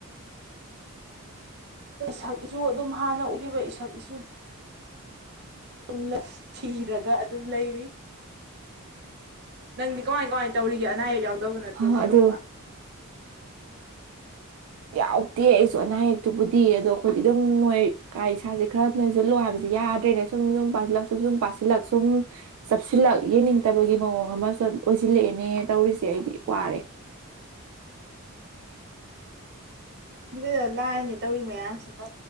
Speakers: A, on the right; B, on the right.
A: ꯛ ꯏꯆꯨ ꯑꯗꯨꯝ ꯍꯥꯟꯅ ꯎꯈꯤꯕ ꯏꯁꯛ ꯏꯆꯨ ꯝꯅ ꯊꯤꯔꯒ ꯑꯗꯨꯝ ꯂꯩꯔꯤ ꯅꯪꯗꯤ ꯀꯃꯥꯏ ꯀꯃꯥꯏ ꯇꯧꯔꯤꯒꯦ ꯑꯅꯥ ꯑꯌꯦꯛ ꯌꯥꯎꯗꯕ ꯅꯠꯇ꯭ꯔꯣ
B: ꯍ
A: ꯊꯣꯏꯗꯣꯛꯄ
B: ꯑꯗꯣ ꯌꯥꯎꯗꯦ ꯑꯩꯁꯨ ꯑꯅꯥ ꯑꯌꯦꯛꯇꯨꯕꯨꯗꯤ ꯑꯗꯣ ꯑꯩꯈꯣꯏꯗꯤ ꯑꯗꯨꯝ ꯅꯣꯏ ꯀꯥ ꯏꯁꯥꯁꯦ ꯈꯔ ꯅꯣꯏꯁꯤꯜꯂꯣ ꯍꯥꯏꯕꯁꯦ ꯌꯥꯗ꯭ꯔꯦꯅꯦ ꯁꯨꯝ ꯁꯨꯝ ꯄꯥꯁꯤꯜꯂꯛ ꯁꯨꯝ ꯁꯨꯝ ꯄꯥꯁꯤꯜꯂꯛ ꯁꯨꯝ ꯆꯁꯤꯜꯂꯛ ꯌꯦꯡꯅꯤꯡꯗꯕꯒꯤ ꯃꯑꯣꯡ ꯑꯃ ꯑꯣꯏꯁꯤꯜꯂꯛꯑꯦꯅꯦ ꯇꯧꯔꯤꯁꯦ ꯑꯩꯗꯤ ꯋꯥꯔꯦ
A: ꯑꯗꯨꯗ ꯂꯥꯏꯅꯦ ꯇꯧꯔꯤ ꯃꯌꯥꯝꯁꯤꯅ